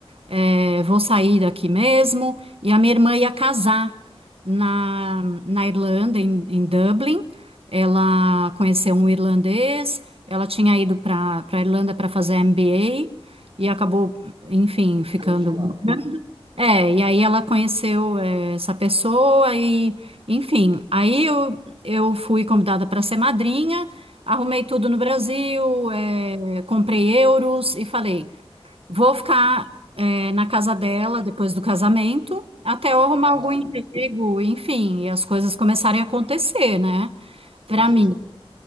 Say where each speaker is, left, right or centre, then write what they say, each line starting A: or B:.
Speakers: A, on the right (about 70°); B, on the right (about 50°).
A: é, vou sair daqui mesmo. E a minha irmã ia casar na, na Irlanda, em, em Dublin. Ela conheceu um irlandês, ela tinha ido para para Irlanda para fazer MBA e acabou, enfim, ficando.
B: Ficando por lá.
A: É, e aí ela conheceu eh, essa pessoa e, enfim, aí eu, eu fui convidada para ser madrinha, arrumei tudo no Brasil, eh, comprei euros e falei, vou ficar eh, na casa dela depois do casamento, até eu arrumar
B: Aham.
A: algum emprego, enfim, e as coisas começarem a acontecer, né?
B: Sim,
A: Para
B: sim,
A: mim.
B: claro.